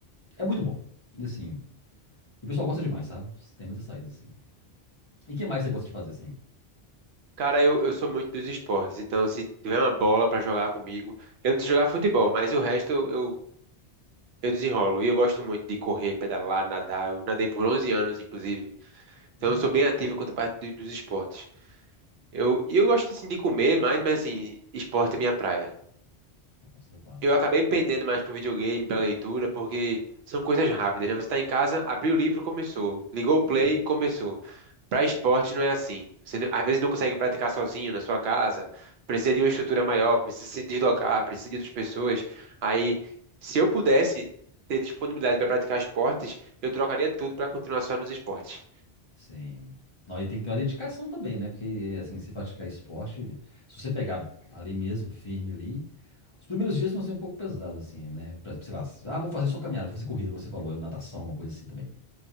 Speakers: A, on the left (about 30°); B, on the right (about 75°).
A: É muito bom. E, assim. E o pessoal gosta demais, sabe? Tem muita saída, assim. E o que mais você gosta de fazer, assim?
B: Cara, eu, eu sou muito dos esportes, então se tiver uma bola pra jogar comigo, eu não sei jogar futebol, mas o resto eu, eu, eu desenrolo. E eu gosto muito de correr, pedalar, nadar. Eu nadei por 11 anos, inclusive. Então
A: Nó,
B: eu sou bem ativo quanto à parte do- dos esportes. Eu, e eu gosto, assim, de comer mais, mas, assim, esporte é minha praia.
A: Nossa, muito massa.
B: Eu acabei pendendo mais pro videogame, pra leitura, porque são coisas rápidas, né? Você tá em casa, abriu o livro, começou. Ligou o play,
A: Sim.
B: começou. Pra esporte não é assim. Você, não- às vezes não consegue praticar sozinho na sua casa, precisa de uma estrutura maior, precisa se deslocar, precisa de outras pessoas. Aí, se eu pudesse ter disponibilidade para praticar esportes, eu trocaria tudo para continuar só nos esportes.
A: Sim. Não, e tem que ter uma dedicação também, né? Porque, assim, se praticar esporte, se você pegar ali mesmo, firme ali, os primeiros dias vão ser um pouco pesados, assim, né? Por exemplo, sei lá, ah, vou fazer só caminhada, vou fazer corrida, como você falou, eu, natação, alguma coisa assim também.